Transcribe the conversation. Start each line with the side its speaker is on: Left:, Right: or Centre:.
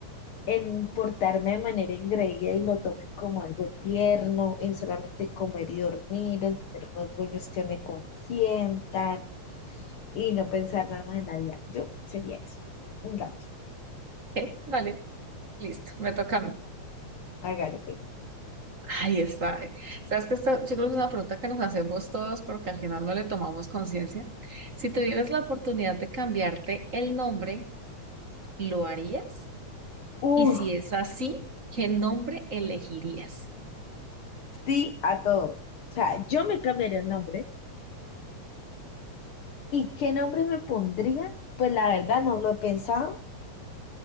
Left: en portarme de manera ingreída y lo tomen como algo tierno, en solamente comer y dormir, en tener unos dueños que me consientan y no pensar nada más en la vida. Yo sería eso, un gato.
Right: ¿Ok? Vale, listo. Me toca a mí.
Left: Hágale pues.
Right: Ahí está. Sabes que esta, yo creo que es una pregunta que nos hacemos todos porque al final no le tomamos conciencia. Si tuvieras la oportunidad de cambiarte el nombre, ¿lo harías?
Left: Uf,
Right: Y si es así, ¿qué nombre elegirías?
Left: sí a todo. O sea, yo me cambiaría el nombre. ¿Y qué nombre me pondría? Pues la verdad no lo he pensado,